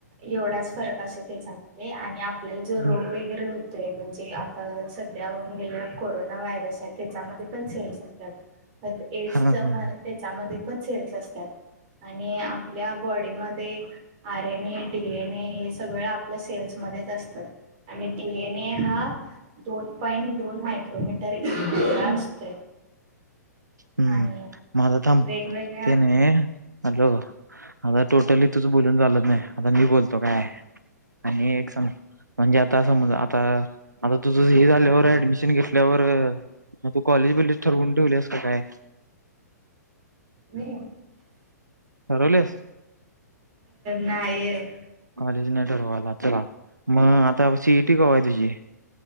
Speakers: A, on the right (about 35°); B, on the right (about 80°).
A: एवढाच फरक असो त्याच्यामध्ये आणि आपल्याला जो रोग
B: हा
A: वगैरे हो म्हणजे आता सध्या होऊन गेलेला कोरोना व्हायरस आहे त्याच्यामध्ये पण सेल्स असतात. एड्स
B: हा
A: त्याच्यामध्ये
B: हा
A: पण सेल्स असतात. आणि आपल्या बॉडी मध्ये R. N. A., D. N. A. हे सगळ आपल्या सेल्समध्येध्येच असतात. आणि डी. एन. ए हा दोन पॉइंट दोन मायक्रोमीटर इतका असतोय.
B: हम्म
A: आणि
B: माझथम
A: वेगवेगळ्या
B: तेने हॅलो आता टोटली तूझ बोलून झालत नाही आता मी बोलतो काय. आणि एक सग म्हणजे आता समज आता आता तुझं हे झाल्यावर ऍडमिशन घेतल्यावर मग तू कॉलेज बिलेज ठरवून ठेवलीस काय नाय.
A: मी
B: ठरवलेस.
A: नाहीय.
B: कॉलेज न ठरवायला चला मग आता सी ई टी कवा आहे तुझी?